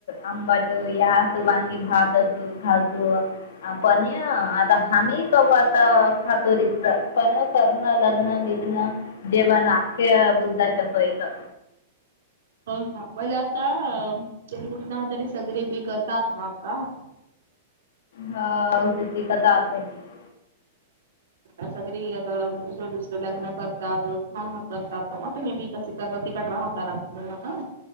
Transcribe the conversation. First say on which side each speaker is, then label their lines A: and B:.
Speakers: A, on the left; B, on the right.
A: आंबट यात वांगी भात अस घालतो पण आता ह्ही क वारता खातो र्त <unintelligible> पण करणं लग्न बिग्न जेव्हा नाटक्य बुद्धाच्या सोयचं.
B: हो का पले आता च कुटूनहातने सगळे बी करतात ना आता.
A: हा कत आता <unintelligible>
B: अ सगळी आता विसकटल्यात <unintelligible> हा हा <unintelligible> तिथंच राह त्यांना तिकडून येना.